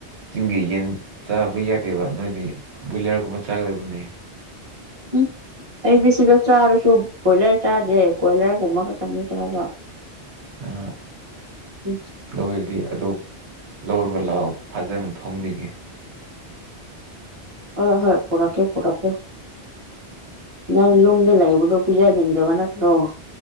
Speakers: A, on the right; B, on the right.
A: ꯆꯤꯡꯒꯤ ꯌꯦꯟ ꯆꯥꯕ ꯌꯥꯗꯦꯕ ꯅꯣꯏꯗꯤ ꯕꯣꯏꯂꯔꯒꯨꯝꯕ ꯆꯥꯒꯗꯕꯅꯦ꯫
B: ꯎꯝ ꯑꯩꯗꯤ ꯁꯤꯗ ꯆꯥꯔꯁꯨ ꯕꯣꯏꯂꯔ ꯆꯥꯗꯦ ꯀꫭꯏꯂꯔꯒꯨꯝꯕ ꯈꯛꯇꯪꯅ‌ꯦ ꯆꯥꯕ꯫
A: ꯑꯥ
B: ꯎꯝ꯫
A: ꯑꯗꯨ ꯑꯣꯏꯔꯗꯤ ꯑꯗꯨ ꯂꯧꯔꫭ ꯂꯥꯎ ꯐꯖꯅ ꯊꯣꯡꯕꯤꯒꯦ꯫
B: ꯍꯣꯏ ꯍꯣꯏ ꯄꯨꯔꯛꯀꯦ ꯄꯨꯔꯛꯀꯦ ꯅꯪ ꯌꯨꯝꯗ ꯂꯩꯕꯗꫭ꯫ ꯄꯤꯖꯅꯤꯡꯗꯕ ꯅꯠꯇ꯭ꯔꯣ꯫